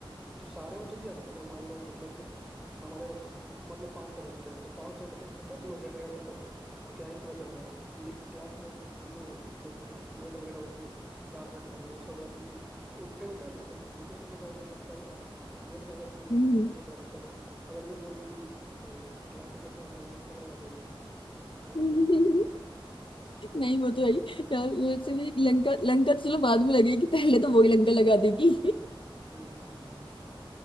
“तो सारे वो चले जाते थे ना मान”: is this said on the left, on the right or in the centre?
Centre